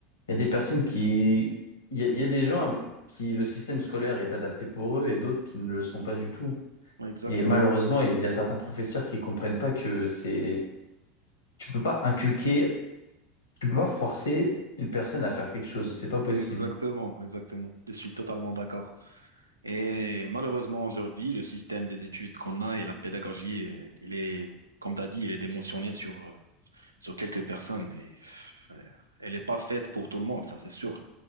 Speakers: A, on the left (about 75°); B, on the right (about 80°).
A: il y a des personnes qui, il y a, il y a des gens avec qui le système scolaire est adapté pour eux et d'autres qui ne le sont pas du tout.
B: Exactement.
A: Et malheureusement, il
B: Exactement.
A: y a certains professeurs qui comprennent pas que c'est, tu peux pas inculquer, tu peux pas forcer une personne à faire quelque chose, c'est pas possible.
B: Exactement. Exactement. Je suis totalement d'accord. Et malheureusement, aujourd'hui, le système des études qu'on a et la pédagogie, euh, il est, comme tu as dit, il est démotionné sur, euh, sur quelques personnes. Et, pff, euh, elle n'est pas faite pour tout le monde, ça c'est sûr.